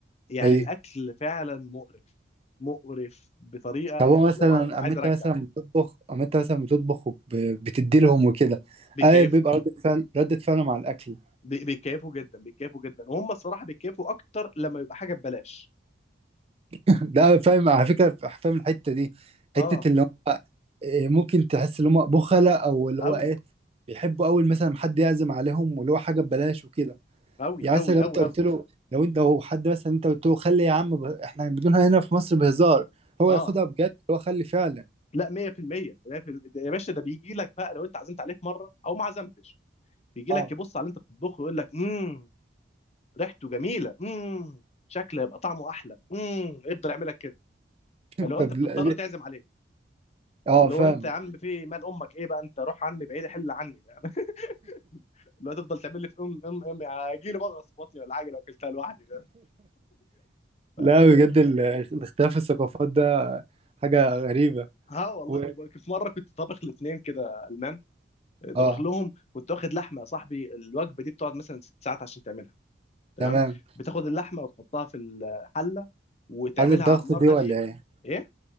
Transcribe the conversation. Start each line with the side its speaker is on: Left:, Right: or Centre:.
Left: يعني
Right: ايه
Left: الاكل فعلا مقرف مقرف بطريقه
Right: طب
Left: يعني
Right: هو مثلا
Left: اللي هو انا
Right: اما
Left: عايز
Right: انت
Left: ارجع
Right: مثلا بتطبخ اما انت مثلا بتطبخ وبتدي لهم وكده
Left: بيكيفوا
Right: اه بيبقى ردة فعل ردة فعلهم على الاكل
Left: بي- بيكيفوا جدا بيكيفوا جدا وهم الصراحه بيكيفوا اكتر لما يبقى حاجه ببلاش
Right: <laughs> ده فاهم على فكره فاهم الحته دي
Left: اه
Right: حته اللي هم إيه، ممكن تحس ان هم بخلة او اللي
Left: قوي
Right: هو ايه بيحبوا اول مثلا حد يعزم عليهم واللي هو حاجه ببلاش وكده
Left: قوي
Right: يعني
Left: قوي
Right: مثلا لو
Left: قوي
Right: انت قلت
Left: قوي
Right: له لو انت لو حد مثلا انت قلت له خلي يا عم ب... احنا بنقولها هنا في مصر بهزار هو
Left: اه
Right: ياخدها بجد هو خلي فعلا
Left: لا 100% 100% ده يا باشا ده بيجي لك بقى لو انت عزمت عليه في مره او ما عزمتش بيجي
Right: اه
Left: لك يبص على اللي انت بتطبخه ويقول لك امم ريحته جميله امم شكله يبقى طعمه احلى امم يفضل يعملك كده
Right: <laughs>
Left: فلو
Right: طب
Left: انت بتضطر
Right: ل- ل-
Left: تعزم عليه
Right: اه
Left: اللي
Right: فاهمك
Left: هو انت يا عم في إيه؟ مال امك ايه بقى انت روح عني بعيد حل عني فاهم <laughs> اللي هو تفضل تعمل لي في ام ام ام هيجي لي بغص في بطني ولا حاجه لو اكلتها لوحدي فاهم فيفضل
Right: لا بجد ال- الاختلاف في الثقافات ده حاجة غريبة
Left: اه والله
Right: و...
Left: وبك- في مره كنت طابخ لاثنين كده المان
Right: اه
Left: طابخ لهم كنت واخد لحمه يا صاحبي الوجبه دي بتقعد مثلا ست ساعات عشان تعملها تمام
Right: تمام
Left: بتاخد اللحمه وتحطها في الحله وتعملها
Right: حل الضغط
Left: على نار
Right: دي
Left: هاديه
Right: ولا ايه
Left: ايه